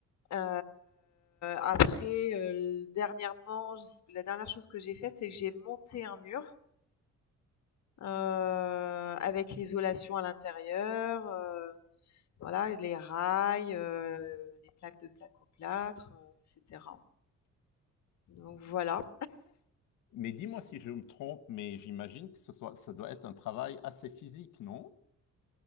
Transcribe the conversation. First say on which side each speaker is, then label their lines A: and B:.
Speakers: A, on the left; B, on the left.
A: Heu, après, heu, dernièrement, la dernière chose que j'ai faite, c'est que j'ai monté un mur euh, avec l'isolation à l'intérieur, euh, voilà, les rails, euh, les plaques de plaques au plâtre, euh, etc. Donc voilà.
B: Mais dis-moi si je me trompe, mais j'imagine que ce soit, ça doit être un travail assez physique, non?